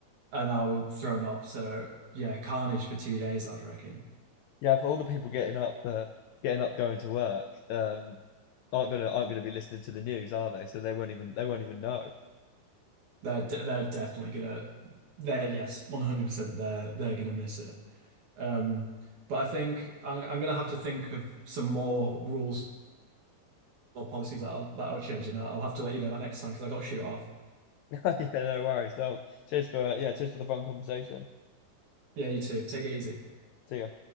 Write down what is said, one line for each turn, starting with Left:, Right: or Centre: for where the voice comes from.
Right: are now thrown off. So yeah, carnage for two days, I'd reckon.
Left: Yeah, for all the people getting up, uh, getting up, going to work, um, aren't gonna aren't gonna be listening to the news, are they? So they won't even they won't even know.
Right: They're de they're definitely gonna they're yes, 100% they're they're gonna miss it. Um, but I think I'm, I'm gonna have to think of some more rules or policies that I'll that I'll change, and I'll I'll have to let you know that next time because I got to shoot off.
Left: <laughs> Yeah, no worries. So cheers for uh, yeah, cheers for the fun conversation.
Right: Yeah, you too. Take it easy.
Left: See ya.